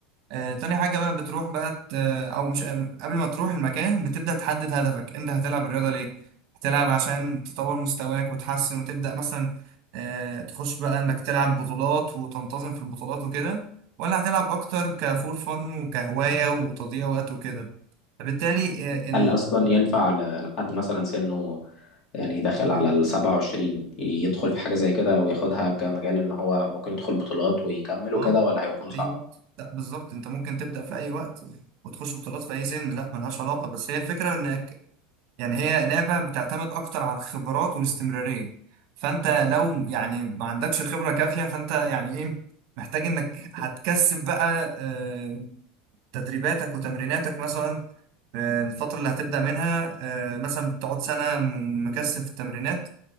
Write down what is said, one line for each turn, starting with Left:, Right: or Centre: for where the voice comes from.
Right: آه، تاني حاجة بقى بتروح بقى ت- أو مش قبل ما تروح المكان بتبدأ تحدد هدفك أنت هتلعب الرياضة ليه؟ هتلعب عشان تطور مستواك وتحسن وتبدأ مثلا آه، تخش بقى إنك تلعب بطولات وتنتظم في البطولات وكده ولا هتلعب أكتر كفور فن وكهواية وتضييع وقت وكده فبالتالي آه، ال
Left: هل اصلا ينفع ل- لحد مثلا سنه يعني داخل على ال 27 يدخل في حاجه زي كده وياخدها كمجال ان هو ممكن يدخل بطولات ويكمل وكده
Right: آه
Left: ولا هيكون صعب
Right: أي وقت لا بالظبط أنت ممكن تبدأ في أي وقت وتخش بطولات في أي سن لا ملهاش علاقة بس هي الفكرة إنك يعني هي لعبة بتعتمد أكتر على الخبرات والاستمرارية فأنت لو يعني ما عندكش خبرة كافية فأنت يعني إيه محتاج إنك هتكثف بقى آه، تدريباتك وتمريناتك مثلا آه، الفترة اللي هتبدأ منها آه، مثلا بتقعد سنة م- مكثف التمرينات